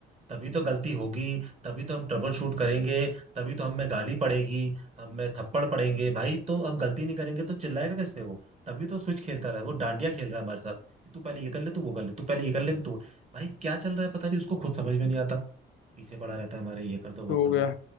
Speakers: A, on the right; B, on the left.
A: तभी तो गलती होगी तभी तो हम ट्रबल शूट करेंगे तभी तो हमें गाली पड़ेगी हमें थप्पड़ पड़ेंगे भाई तो हम गलती नहीं करेंगे तो चिल्लाएगा किस पे वो तभी तो स्विच खेलता रहा है वो डांडिया खेल रहा है हमारे साथ कि तू पहले ये कर ले तू वो कर ले तू पहले ये कर ले तू भाई क्या चल रहा है पता नहीं उसको खुद समझ में नहीं आता पीछे पड़ा रहता है हमारे ये कर दो वो
B: तो
A: कर
B: हो गया
A: दो